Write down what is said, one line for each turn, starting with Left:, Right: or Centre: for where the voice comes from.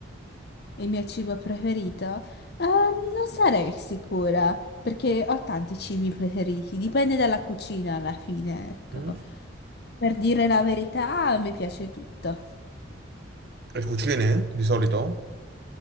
Left: il mio cibo preferito? Ehm, non sarei sicura, perché ho tanti cibi preferiti, dipende dalla cucina alla fine, ecco.
Right: è? Mm?
Left: Per dire la verità, mi piace tutto.
Right: E cucini, di solito?